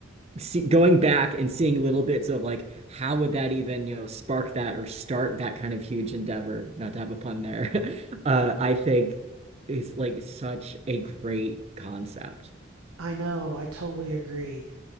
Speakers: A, on the right; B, on the right.
A: see, going back and seeing little bits of like how would that even you know spark that or start that kind of huge endeavor not to have a pun there <laughs> uh I think is like such a great concept
B: I know, I totally agree.